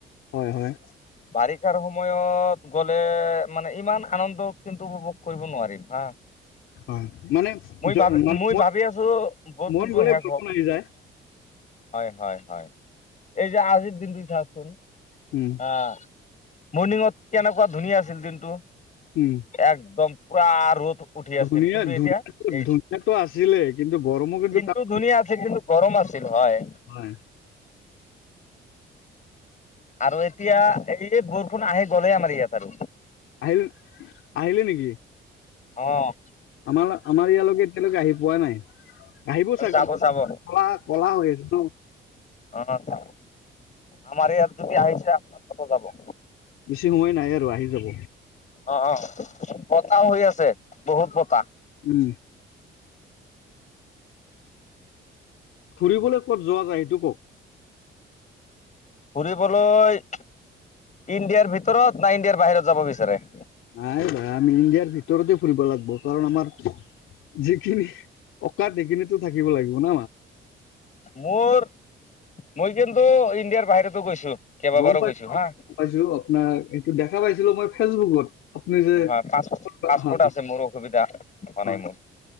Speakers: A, on the left (about 85°); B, on the left (about 40°).
A: হয়-হয়।
B: বাৰিষাৰ সময়ত গ'লে মানে ইমান আনন্দ কিন্তু উপভোগ কৰিব নোৱাৰিম হা।
A: হয়, মানে
B: মই
A: জ-
B: ভাব,
A: মানে
B: মই
A: মোৰ
B: ভাবি আছোঁ বৰষুণটো
A: মন গ'লে
B: শেষ
A: বৰষুণ
B: হওঁক।
A: আহি যায়
B: হয়-হয়-হয়। এই যে আজিৰ দিনটো চাওঁকচোন।
A: উম।
B: অঁ', মৰ্ণিংৱাক কেনেকুৱা ধুনীয়া আছিল দিনটো।
A: উম।
B: একদম পুৰা ৰ'দ। উঠি আছিল,
A: ধুনীয়া
B: কিন্তু
A: ধুনীয়া
B: এতিয়া
A: ধুনীয়াটো
B: এই
A: ধুনীয়াটো আছিলে কিন্তু গৰমো কিন্তু
B: দিনটো
A: তাত
B: ধুনীয়া আছে কিন্তু- গৰম আছিল হয়।
A: হয়।
B: আৰু এতিয়া এই বৰষুণ আহি গ'লেই আমাৰ ইয়াত আৰু।
A: আহিল, আহিলে নেকি?
B: অঁ।
A: আমাৰ-আমাৰ ইয়ালৈকে এতিয়ালৈকে আহি পোৱা নাই। আহিব চাগে,
B: যাব যাব
A: ক'লা-ক'লা হৈ আছে ন'।
B: অঁ', আমাৰ ইয়াত যদি আহিছে ক'ত নাযাব।
A: বেছি সময় নাই আৰু আহি যাব।
B: অঁ', -অঁ', বতাহ হৈ আছে বহুত বতাহ।
A: উম। ফুৰিবলৈ ক'ত যোৱা যায় এইটো কওঁক?
B: ফুৰিবলৈ- ইণ্ডিয়াৰ ভিতৰত না ইণ্ডিয়াৰ বাহিৰত যাব বিচাৰে?
A: নাই ভাই আমি ইণ্ডিয়াৰ ভিতৰতে ফুৰিব লাগিব, কাৰণ আমাৰ- যিখিনি অকাদ সেইখিনিতো থাকিব লাগিব ন।
B: মোৰ, মই কিন্তু ইণ্ডিয়াৰ বাহিৰতো গৈছো। কেইবাবাৰো
A: গম পাইছো-গ-পাইছো,
B: গৈছো হা
A: আপোনাৰ এইটো দেখা পাইছিলো মই ফেচবুকত। আপুনি যে
B: হয়, পাছ-পাছপোৰ্ট
A: হয়
B: আছে মোৰ অসুবিধা হোৱা
A: হয়
B: নাই মোৰ।